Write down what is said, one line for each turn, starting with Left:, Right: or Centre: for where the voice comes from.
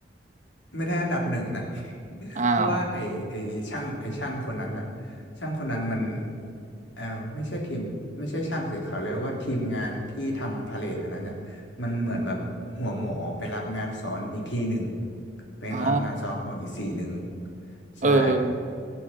Left: ไม่ได้อันดับหนึ่งนะ <laughs>
Right: อ้าว
Left: เพราะว่าไอไอช่างไอช่างคนนั้นอะช่างคนนั้นมันเออไม่ใช่ทีมไม่ใช่ช่างสิเขาเรียกว่าทีมงานที่ทำพาเลทอันนั้นเนี่ยมันเหมือนแบบหัวหมอไปรับงานซ้อนอีกทีหนึ่งเป็นรับงานซ้อนของอีกสีหนึ่ง
Right: อ๋อ
Left: ใช่
Right: เออ